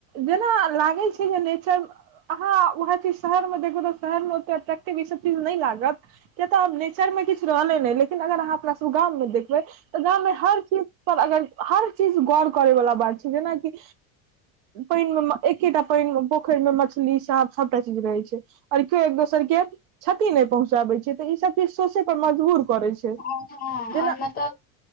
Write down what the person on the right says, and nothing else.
जेना लागै छै जे नेचर। अहं उएह चीज शहर मे देखू तऽ शहर मे ओते अट्रैक्टिव ई सब चीज नै लागत। किया तऽ आब नेचर मे किछ रहलै नहि लेकिन अगर अहाँ अपना सभ गाम मे देखबै तऽ गाममे हर चीज पर अगर हर चीज गौर करै वाला बात छै जेनाकि पानि मे एकेटा पानि मे पोखरि मे मछली सांप सबटा चीज रहै छै। अरखे एक दोसर के क्षति नहि पहुंचाबै छै त इ सब चीज सोचै पर मजबूर करै छै।
जेना